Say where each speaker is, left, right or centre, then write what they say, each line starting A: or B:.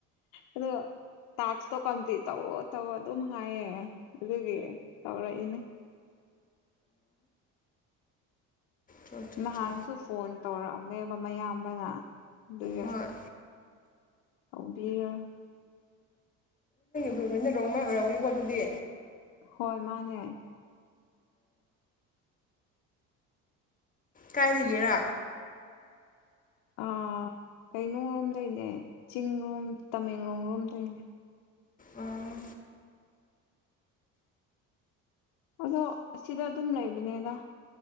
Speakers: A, on the left; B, on the left.
A: ꯑꯗꯣ ꯇꯥꯛꯁꯇꯣ ꯀꯝꯄ꯭ꯂꯤꯠ ꯇꯧꯋ ꯇꯧ ꯑꯗꯨꯝ ꯍꯥꯏꯌꯦ ꯑꯗꯨꯒꯤ ꯇꯧꯔꯛꯏꯅꯦ
B: ꯆꯣ ꯆꯣ
A: ꯅꯍꯥꯟꯁꯨ
B: ꯆꯣ
A: ꯐꯣꯟ ꯇꯧꯔꯛꯑꯝꯃꯦꯕ ꯃꯌꯥꯝꯕꯅ ꯑꯗꯨꯒꯤ
B: ꯍꯣꯏ
A: ꯕꯤ <unintelligible>
B: ꯈꯣꯏꯕꯦꯟꯗꯧꯔꯝꯃꯩ ꯑꯣꯏꯔꯝꯅꯤꯀꯣ ꯑꯗꯨꯗꯤ
A: ꯍꯣꯏ ꯃꯥꯅꯦ
B: ꯀꯥꯏꯗꯒꯦꯔ
A: ꯑꯥ ꯀꯩꯅꯣꯔꯣꯝꯗꯩꯅꯦ ꯆꯤꯡ ꯂꯣꯝ ꯇꯃꯦꯡꯂꯣꯡ ꯂꯣꯝꯗꯩꯅꯦ
B: ꯑꯣ
A: ꯑꯗꯣ ꯑꯁꯤꯗ ꯑꯗꯨꯝ ꯂꯩꯕꯅꯤꯗ